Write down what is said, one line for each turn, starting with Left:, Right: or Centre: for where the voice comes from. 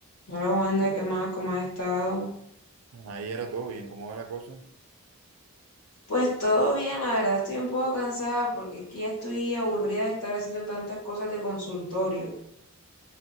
Left: Hola Wanda, ¿qué más? ¿Cómo has estado?
Right: Ahí era todo bien, ¿cómo va la cosa?
Left: Pues todo bien, la verdad estoy un poco cansada porque es que ya estoy aburrida de estar haciendo tantas cosas de consultorio.